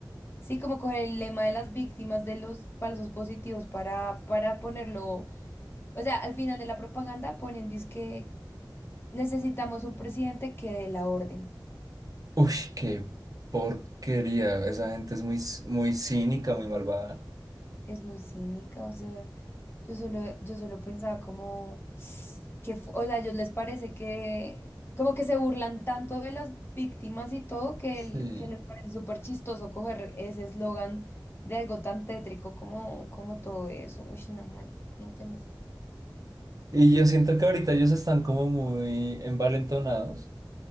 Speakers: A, on the left; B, on the right.
A: sí, como coger el lema de las víctimas de los falsos positivos para, para ponerlo, o sea, al final de la propaganda ponen, que necesitamos un presidente que dé la orden.
B: Uy, qué porquería. Esa gente es muy, c- muy cínica, muy malvada.
A: Es muy cínica, o sea. Yo solo, yo solo pensaba como que, fu- o sea, a ellos les parece que, como que se burlan tanto de las víctimas y todo, que,
B: Sí.
A: el- que les parece súper chistoso coger ese eslogan de algo tan tétrico como, como todo eso. Uy, no, marica, no tenaz.
B: Y yo siento que ahorita ellos están como muy envalentonados.